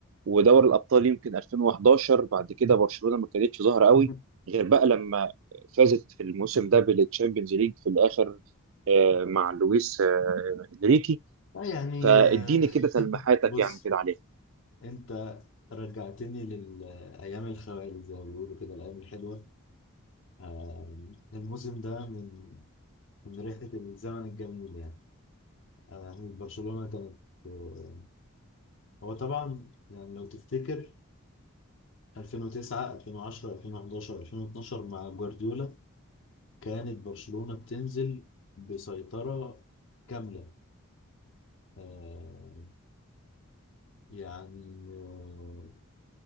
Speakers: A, on the right; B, on the left.
A: ودوري الأبطال يمكن 2011 بعد كده برشلونة ما كانتش ظاهرة قوي
B: لا
A: غير بقى لما فازت في الموسم ده بالتشامبيونز ليج في الآخر آه، مع لويس آه، إنريكي
B: يعني
A: فاديني
B: آه،
A: كده تلميحاتك
B: بص
A: يعني كده عليها
B: انت رجعتني للايام الخوالي زي ما بيقولوا كده الايام الحلوه آه، الموسم ده من من ريحه الزمن الجميل يعني آه، برشلونه كانت آه، هو طبعا يعني لو تفتكر 2009 2010 2011 2012 مع جوارديولا كانت برشلونه بتنزل بسيطره كامله آه، يعني آه،